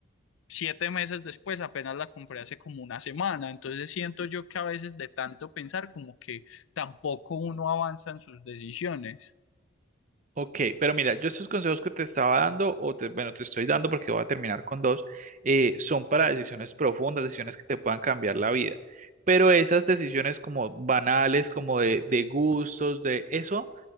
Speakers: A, on the left (about 75°); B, on the right (about 40°).
A: siete meses después, apenas la compré hace como una semana. Entonces siento yo que a veces de tanto pensar como que tampoco uno avanza en sus decisiones.
B: ok, pero mira, yo estos consejos que te estaba dando, o te- bueno, te estoy dando porque voy a terminar con dos, eh, son para decisiones profundas, decisiones que te puedan cambiar la vida. Pero esas decisiones como banales, como de, de gustos, de eso